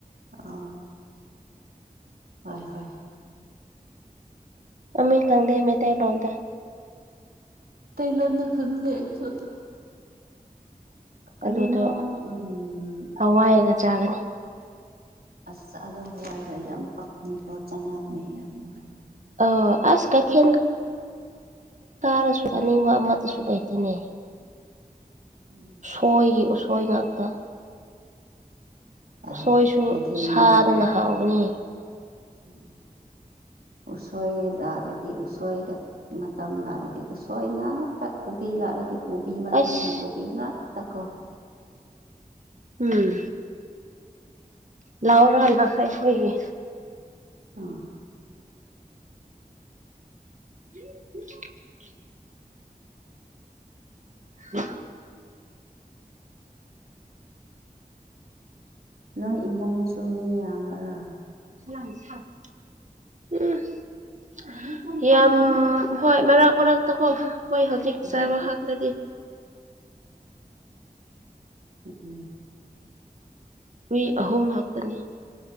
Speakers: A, on the right; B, on the right.
A: ꯑ ꯍꯣꯏ ꯍꯣꯏ
B: ꯃꯃꯤꯡ ꯈꯪꯗꯦ ꯃꯩꯇꯩꯂꯣꯟꯗ
A: ꯃꯩꯇꯩ ꯂꯣꯟꯗ ꯈꯪꯗꯦ ꯑꯩꯁꯨ ꯑꯗꫭ ꯀꯔꯤꯅꫭ
B: ꯑꯗꯨꯗꯣ
A: ꯎꯝ
B: ꯍꯋꯥꯏꯒ ꯆꯥꯒꯅꯤ
A: ꯑꯁ ꯑꯗꯨ ꯍꯋꯥꯏꯒ ꯌꯥꯝ ꯄꯛꯅꯤꯀꯣ ꯆꯅꯥꯒꯅꯤ ꯌꯥꯝ ꯅꯨꯡꯉꯥꯏ
B: ꯑꯣ ꯑꯁ ꯀꯩꯊꯦꯜꯒ ꯀꯥꯔꯁꯨ ꯆꯥꯅꯤꯡꯕ ꯑꯃꯠꯇꯁꯨ ꯂꯩꯇꯦꯅꯦ
A: ꯎꯝ
B: ꯑꯣꯏꯒꯤ ꯎꯁꯣꯏ ꯉꯥꯛꯇ
A: ꯌꯥꯏ
B: ꯎꯁꯣꯏꯁꯨ
A: ꯀꯩꯊꯦꯜꯗꯤ
B: ꯁꯥꯗꯅ
A: ꯑꯗꯨꯅꯤ
B: ꯍꯥꯎꯕꯅꯤ
A: ꯎꯝ ꯎꯁꯣꯏ ꯌꯥꯔꯗꯤ ꯎꯁꯣꯏꯗꫭ ꯃꯇꯝ ꯂꯥꯛꯂꯗꯤ ꯎꯁꯣꯏ ꯉꯥꯛꯇ ꯀꯣꯕꯤ ꯂꯥꯛꯂꯗꯤ ꯀꯨꯕꯤ ꯃꯇꯝꯗ
B: ꯑꯁ
A: ꯀꯨꯕꯤ ꯉꯥꯛꯇ ꯀꯣ
B: ꯎꯝ ꯂꯥꯛꯑꫭꯔ ꯂꯥꯛꯈꯔꯦ ꯑꯩꯈꫭꯏꯒꯤ
A: ꯑꯥ
B: <unintelligible> <unintelligible>
A: ꯅꯣꯏ ꯏꯃꯨꯡꯁꯨ ꯃꯤ ꯌꯥꯝꯕ꯭ꯔꯥ
B: <unintelligible> ꯎꯝ ꯌꯥꯝ ꯍꯣꯏ ꯃꯔꯛ ꯃꯔꯛꯇꯀꯣ ꯍꯣꯏ ꯍꯧꯖꯤꯛ
A: ꯎꯝ
B: ꯆꯥꯕ ꯍꯥꯛꯇꯗꯤ
A: ꯎ ꯎꯝ
B: ꯃꯤ ꯑꯍꯨꯝ ꯍꯥꯇꯅꯤ